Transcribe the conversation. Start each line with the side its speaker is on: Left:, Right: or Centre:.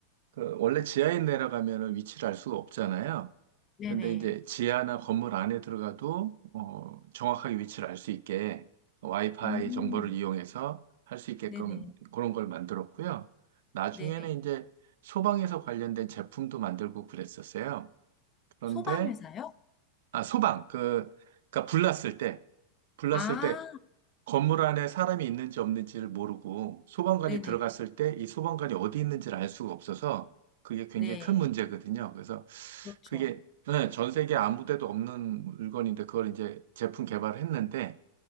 Right: 그, 원래 지하에 내려가면은 위치를 알 수가 없잖아요.
Left: 네네.
Right: 근데 이제 지하나 건물 안에 들어가도, 어, 정확하게 위치를 알 수 있게 와이파이
Left: 음.
Right: 정보를 이용해서 할 수 있게끔
Left: 네네.
Right: 그런 걸 만들었고요. 나중에는
Left: 네네.
Right: 이제 소방에서 관련된 제품도 만들고 그랬었어요. 그런데,
Left: 소방회사요?
Right: 아, 소방, 그, 그니까 불났을 때, 불났을
Left: 아.
Right: 때 건물 안에 사람이 있는지 없는지를 모르고 소방관이
Left: 네네네.
Right: 들어갔을 때 이 소방관이 어디 있는지를 알 수가 없어서 그게 굉장히
Left: 네.
Right: 큰 문제거든요. 그래서
Left: 그렇죠.
Right: 그게 네, 전 세계 아무 데도 없는 물건인데 그걸 이제 제품 개발했는데